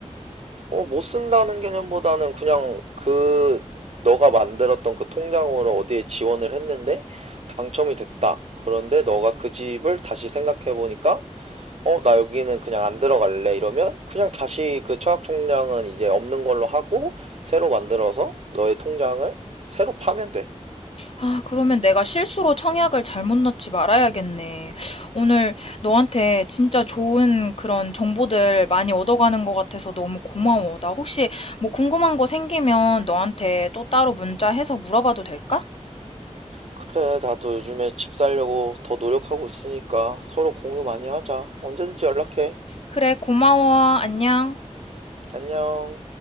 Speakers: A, on the right; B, on the left.
A: 어, 못 쓴다는 개념보다는 그냥 그 너가 만들었던 그 통장으로 어디에 지원을 했는데 당첨이 됐다. 그런데 너가 그 집을 다시 생각해 보니까 어, 나 여기는 그냥 안 들어갈래 이러면 그냥 다시 그 청약통장은 이제 없는 걸로 하고 새로 만들어서 너의 통장을 새로 파면 돼.
B: 아, 그러면 내가 실수로 청약을 잘못 넣지 말아야겠네. 오늘 너한테 진짜 좋은 그런 정보들 많이 얻어가는 것 같아서 너무 고마워. 나 혹시 뭐 궁금한 거 생기면 너한테 또 따로 문자해서 물어봐도 될까?
A: 그래, 나도 요즘에 집 살려고 더 노력하고 있으니까 서로 공유 많이 하자. 언제든지 연락해.
B: 그래, 고마워. 안녕.
A: 안녕.